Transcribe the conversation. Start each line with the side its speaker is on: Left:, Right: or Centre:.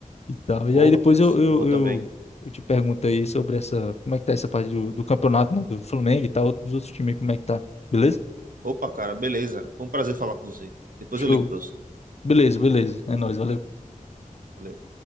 Left: e tal. E
Right: Ô,
Left: aí
Right: rapaz,
Left: depois eu, eu,
Right: eu vou
Left: eu,
Right: também.
Left: eu te pergunto aí sobre essa, como é que tá essa parte do, do campeonato, né? Do Flamengo e tal, dos outros times, como é que tá? Beleza?
Right: Opa, cara, beleza. Foi um prazer falar com você. Depois
Left: Show.
Right: eu ligo pra você.
Left: Beleza, beleza. É nóis, valeu.
Right: Valeu.